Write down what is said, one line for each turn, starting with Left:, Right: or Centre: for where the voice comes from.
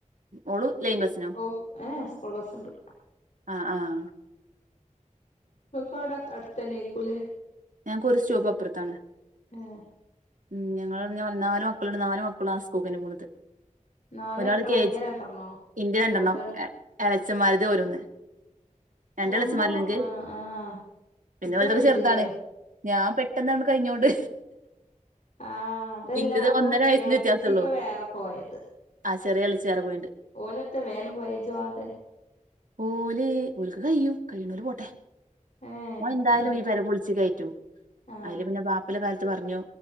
Right: ഓള് ലൈൻ ബസിനോ
Left: ഓ ഏ ഏ സ്കൂൾ ബസ്സ്ണ്ട്.
Right: ആഹ് ആഹ്
Left: ങ്ങക്കവ്ടെ അടുത്തന്നൈക്കൂലേ?
Right: ഞൻക്കൊരു സ്റ്റോപ്പപ്പുറത്താണ്.
Left: ഏ
Right: ഉ ഞങ്ങള <unintelligible> നാല് മക്കളുണ്ട് നാല് മക്കളും ആ സ്കൂക്കന്നെ പോണുത്.
Left: നാല്
Right: ഒരാൾ
Left: മക്കളാ
Right: കേജ്
Left: അന്റെ രണ്ടെണ്ണോ
Right: ഇന്റെ രണ്ടെണ്ണം
Left: ഓൾത്
Right: എളച്ചമാരര്ത് ഓരോന്ന്. രണ്ടളച്ചമ്മാരില്‌ന്ക്ക്
Left: ഒന്നൊള്ളു ആ ആ ആ
Right: പിന്നെ
Left: ഇജ
Right: ഓൽതൊക്കെ
Left: വലുതിലേ
Right: ചെറുതാണ്. ഞാൻ പെട്ടെന്നങ്ങ്ട് കഴിഞ്ഞോണ്ട്
Left: ആഹ അതല്ല
Right: ഇന്റത്
Left: അപ്പൊ
Right: ഒന്നര വയസ്സിന്റെ
Left: എളച്ചിപ്പൊ
Right: വ്യത്യാസൊള്ളൂ
Left: വേറെ പോയത്.
Right: ആ ചെറേയെളിച്ച് വേറെ പോയിണ്ട്.
Left: ഓലത്ത വേ ട് പോയേ ഇജോവാതെ?
Right: ഓല് ഓല്ക്ക് കയ്യും കയ്യിണോല് പോട്ടെ.
Left: ഏ
Right: ഓ എന്തായാലു
Left: അങ്ങനെ
Right: ഈ പെര പൊളിച്ച് കയറ്റും
Left: ആ
Right: അയില് പിന്നെ ബാപ്പല്ലെ കാലത്ത് പറഞ്ഞു